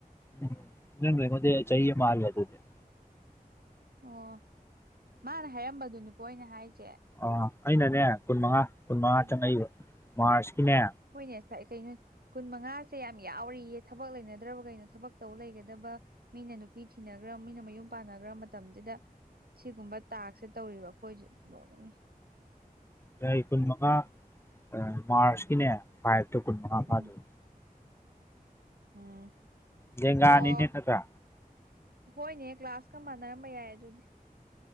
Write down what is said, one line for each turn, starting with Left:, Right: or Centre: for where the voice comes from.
Left: ꯎꯝ ꯅꯪꯅ ꯑꯩꯉ‌ꯣꯟꯗꯩ ꯆꯍꯤ ꯑꯝ ꯍꯜꯂ‌ꯦ ꯗꯨ <unintelligible>
Right: ꯑꯣ ꯃꯥꯅ ꯍꯥꯏꯔꯝꯕꯗꯨꯅꯦ ꯀꯣ ꯑꯩꯅ ꯍꯥꯏꯖ‌ꯦ
Left: ꯑ‌ꯣ ꯑꯩꯅꯅꯦ ꯀꯨꯟꯃꯉꯥ ꯀꯨꯟ ꯃꯉꯥ
Right: ꯎꯝ
Left: ꯆꯪꯉꯛꯏꯕ ꯃꯥꯔꯁꯀꯤꯅꯦ
Right: ꯍꯣꯏꯅꯦ <unintelligible> ꯀꯩꯅꯣꯏ ꯀꯨꯟ ꯃꯉꯥꯁꯦ ꯌꯥꯝ ꯌꯥꯎꯔꯤꯌꯦ ꯊꯕꯛ ꯂꯩꯅꯗ꯭ꯔꯕ ꯀꯩꯅꯣ ꯊꯕꯛ ꯇꯧ ꯂꯩꯒꯗꯕ ꯃꯤꯅ ꯅꯨꯄꯤ ꯊꯤꯅꯒ꯭ꯔ ꯃꯤꯅ ꯃꯌꯨꯝ ꯄꯥꯟꯅꯒ꯭ꯔ ꯃꯇꯝꯖꯤꯗ ꯁꯤꯒꯨꯝꯕ ꯇꯥꯛꯁꯦ ꯇꯧꯔꯤꯕ ꯑꯩꯈꯣꯏꯖꯨ ꯅꯣꯛꯅꯤꯡꯉꯤ
Left: ꯆꯍꯤ ꯀꯨꯟ ꯃꯉꯥ ꯑꯑ ꯃꯥꯔꯁꯀꯤꯅꯦ ꯐꯥꯏꯞꯇꯣ ꯀꯨꯟ ꯃꯉꯥ
Right: ꯎꯝ
Left: ꯐꯥꯗꯣꯏ
Right: ꯎꯝ
Left: ꯂꯦꯡꯒꯥꯅꯤꯅꯦ
Right: ꯑꯣ
Left: ꯅꯇ꯭ꯔꯥ
Right: ꯍꯣꯏꯅꯦ ꯀ꯭ꯂꯥꯁꯀ ꯃꯥꯟꯅꯔꯝꯕ ꯌꯥꯏ ꯑꯗꯨꯗꯤ